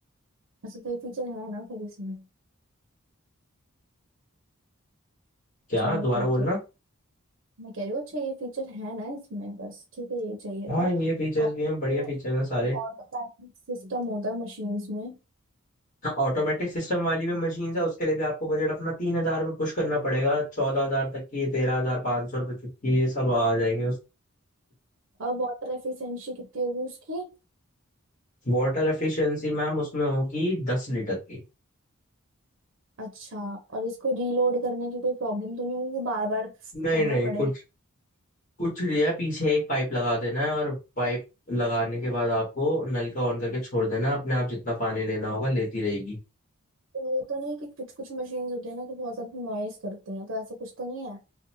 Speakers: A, on the right; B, on the left.
A: ऐसे कोई फीचर है ना फिर इसमें
B: क्या
A: चलो
B: दोबारा
A: ठीक
B: बोलना
A: है मैं कह रही हूँ अच्छा ये फीचर है ना इसमें बस ठीक है ये चाहिए
B: हाँ
A: था
B: ये फीचर्स
A: और
B: भी हैं बढ़िया
A: जो
B: फीचर्स हैं सारे
A: ऑटोमेटिक सिस्टम होता है मशीन्स में
B: हाँ ऑटोमेटिक सिस्टम वाली भी मशीन है उसके लिए भी आपको बजट अपना तीन हजार में पुश करना पड़ेगा चौदह हजार तक की तेरह हजार पाँच सौ रुपए तक की ये सब आ जाएंगे
A: और वाटर एफिशिएंसी कितनी होगी उसकी
B: वाटर एफिशिएंसी मैम उसमें होगी दस लीटर की
A: अच्छा और इसको रीलोड करने की कोई प्रॉब्लम तो नहीं होगी कि बार बार
B: नहीं
A: करना
B: नहीं
A: पड़े
B: कुछ कुछ नहीं है पीछे एक पाइप लगा देना है और पाइप लगाने के बाद आपको नल का ऑन करके छोड़ देना अपने आप जितना पानी लेना होगा लेती रहेगी
A: तो ये तो नहीं है कि कुछ कुछ मशीन्स होती है ना कि बहुत ज्यादा नॉइस करती हैं तो ऐसा कुछ तो नहीं है